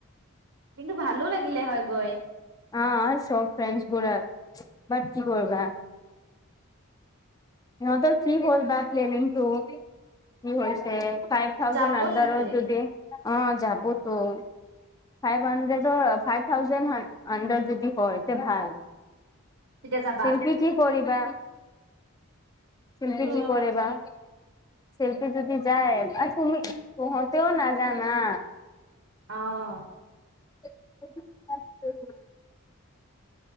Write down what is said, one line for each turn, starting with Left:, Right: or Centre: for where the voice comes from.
Right: কিন্তু ভালো লাগিলে হয় গৈ
Left: অ' চৌক ফ্ৰেণ্ডবোৰ আৰু বাট কি কৰিবা সিহঁতৰ কি হ'ল বা প্লেনিংটো কি হৈছে ফাইভ থাউজেড
Right: যাব
Left: আন্ডাৰত
Right: চাগে
Left: যদি অ যাব তো ফাইভ হাণ্ড্ৰেড ফাইভ থাউজেড আণ্ডাৰত যদি হয় তে ভাল
Right: তেতিয়া যাবা।
Left: শিল্পী কি কৰিবা শিল্পী
Right: অ
Left: কি কৰে বা শিল্পী যদি যায় আৰু তুমি পোহতেও নাজানা
Right: অ'
Left: <unintelligible>